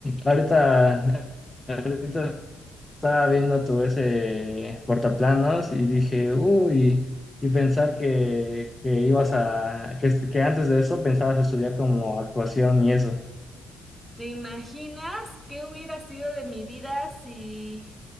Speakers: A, on the left; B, in the centre.
A: Ahorita, ahorita estaba viendo tu ese portaplanos y dije, uy, y pensar que, que ibas a, que, que antes de eso pensabas estudiar como actuación y eso.
B: ¿Te imaginas qué hubiera sido de mi vida si